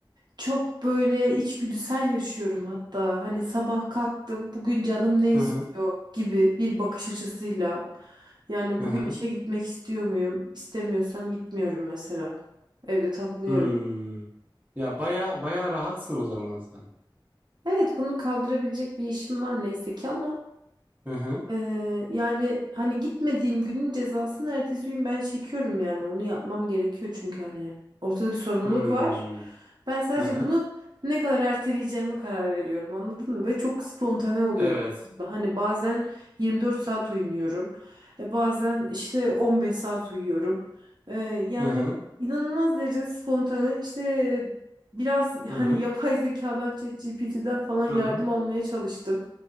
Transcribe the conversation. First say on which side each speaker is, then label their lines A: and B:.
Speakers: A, on the right (about 55°); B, on the right (about 20°).
A: çok böyle içgüdüsel yaşıyorum hatta. Hani sabah kalktım bugün canım ne istiyor
B: Hı hı.
A: gibi bir bakış açısıyla. Yani
B: Hı
A: bugün
B: hı.
A: işe gitmek istiyor muyum? İstemiyorsam gitmiyorum mesela. Evde takılıyorum.
B: Hmm. Ya baya baya rahatsın o zaman sen.
A: Evet bunu kaldırabilecek bir işim var neyse ki ama
B: Hı hı.
A: Ee, yani hani gitmediğim günün cezasını ertesi gün ben çekiyorum yani onu yapmam gerekiyor çünkü hani ortada bir sorumluluk
B: Hmm.
A: var. Ben sadece
B: Hı hı.
A: bunu ne kadar erteleyeceğime karar veriyorum anladın mı? Ve çok spontane oluyor.
B: Evet.
A: bu. Hani bazen 24 saat uyumuyorum. E, bazen işte 15 saat uyuyorum. Ee, yani
B: Hı hı.
A: inanılmaz derecede spontane İşte biraz
B: Hı
A: hani
B: hı.
A: yapay zekadan ChatGPT'den falan yardım
B: Hı hı.
A: almaya çalıştım.